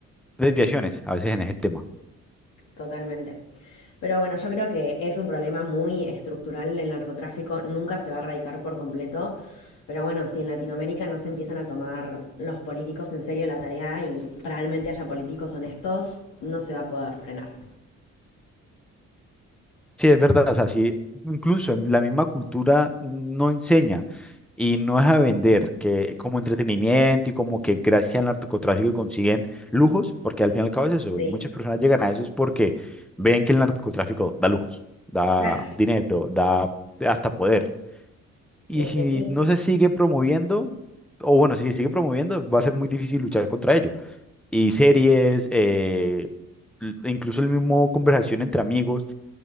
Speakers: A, in the centre; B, on the left (about 75°).
A: desviaciones a veces en ese tema.
B: totalmente. Pero bueno, yo creo que es un problema muy estructural el narcotráfico, nunca se va a erradicar por completo. Pero bueno, si en Latinoamérica no se empiezan a tomar los políticos en serio la tarea y realmente haya políticos honestos, no se va a poder frenar.
A: Sí, es verdad, o sea, sí, incluso en la misma cultura no enseña y no es a vender que como entretenimiento y como que gracias al narcotráfico consiguen lujos, porque al fin y al cabo es eso,
B: Sí,
A: muchas personas llegan a eso es porque ven que el narcotráfico da lujos, da
B: claro.
A: dinero, da hasta poder. Y
B: Y es
A: si
B: que sí,
A: no se sigue promoviendo, o bueno, si se sigue promoviendo, va a ser muy difícil luchar contra ello. Y series, eh, l- incluso el mismo conversación entre amigos